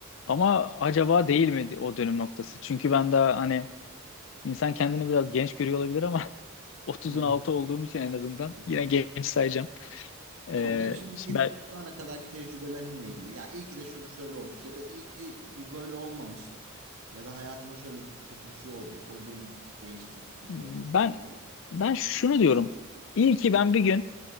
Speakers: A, on the left; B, on the right.
A: ama acaba değil mi o dönüm noktası? Çünkü ben daha hani insan kendini biraz genç görüyor olabilir ama <laughs> 30'un
B: Evet.
A: altı olduğum için en azından
B: Hı hı.
A: yine genç sayacağım. Ee,
B: Tamam canım şimdiki
A: şimdi ben,
B: şu ana kadarki tecrübelerinle ilgili. Ya iyi ki de şöyle şöyle olmuş ya da iyi ki bu böyle olmamış ya da hayatıma şöyle bir- kötü bir şey oldu. O beni çok değiştirdi diyeceğin
A: ben
B: bir durum var mı?
A: ben şunu diyorum. İyi ki ben bir gün